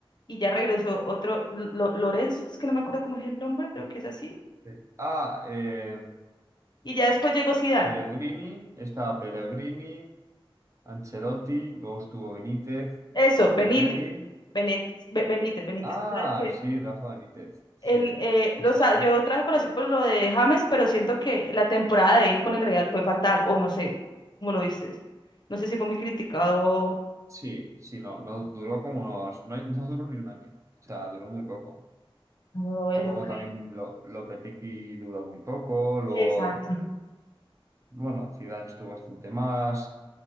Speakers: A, on the left (about 50°); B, on the right (about 35°).
A: y ya regresó otro, Lo- Lorenzo, es que no me acuerdo cómo es el nombre, creo que es así.
B: Eh, Ah, eh,
A: Y ya después llegó Zidane.
B: Pellegrini. Estaba Pellegrini. Ancelotti. Luego estuvo Benítez.
A: Eso,
B: Lopetegui.
A: Benítez. Benítez, Be- Benítez, Benítez.
B: Ah,
A: ¿Tú sabes que
B: sí, Rafa Benítez. Sí,
A: El, eh,
B: sí,
A: los,
B: sí, sí.
A: yo traje colación por lo de James, pero siento que la temporada de él con el Real fue fatal, o no sé, ¿cómo lo viste? No sé si fue muy criticado.
B: Sí, sí, no, no duró como unos, no, <laughs> no duró ni un año, o sea, duró muy poco.
A: No, no,
B: Luego
A: hombre.
B: también lo, Lopetegui duró muy poco, luego,
A: Exacto.
B: bueno, Zidane estuvo bastante más,